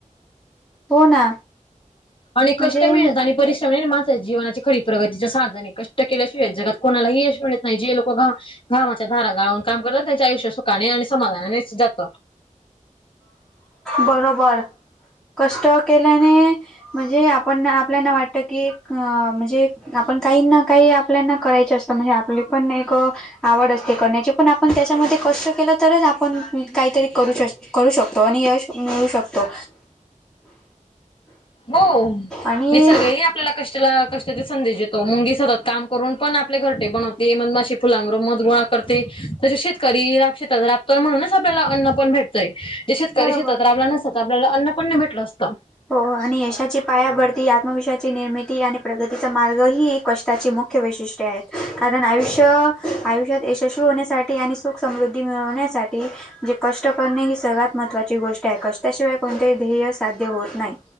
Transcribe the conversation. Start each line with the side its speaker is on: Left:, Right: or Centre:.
Centre: हो ना
Left: आणि कष्ट
Centre: म्हणजे
Left: मेहनत आणि परिश्रम माणसच्या जीवनाची खरी प्रगतीच्या साधन हे कष्ट केल्याशिवाय जगात कोणालाही यश मिळत नाही जे लोका घामाच्याधारा गाव काम करा त्याच्या आयुष्य सुखाने आणि समाधानानेच जात
Centre: बरोबर, कष्ट केल्याने म्हणजे आपण आपल्याना वाटत की अ म्हणजे आपण काही ना काही आपल्याना करायच असत म्हणजे आपली पण एक आवड असते करण्याची पण आपण त्याच्यामध्ये कष्ट केल तरच आपण काहीतरी करू शच करू शकतो आणि यश मिळू शकतो
Left: हो,
Centre: आणि
Left: निसर्ग हे आप आपल्या कष्टाला कष्टाची सधेश देतो मुंगी सतत काम करून पण आपले घरटे बनवते मध मशी फुलांबरोब मध गोळा करते त शेतकरी श राबत म्हणूनच आपल्याला अन्न पण भेटतय जे शेतकरी
Centre: बरोबर
Left: शेतात राबला नसता त आपल्याला अन्न पण नाही भेटल असत
Centre: हो आणि यशाची पायाभरती आत्मविश्वाची निर्मिती आणि प्रगतीचा मार्ग ही एक कष्टाची मुक् वैशिष्ट्ये आएत कारण आयुष्य, आयुष्यात यशस्वी होण्यासाठी आणि सुख समृद्धी मिळवण्यासाठी म्हजे कष्ट करणे ही सर्व्यात महत्त्वाची गोष्ट आहे कष्टाशिवाय कोणतेही ध्येय साध्य होत नाही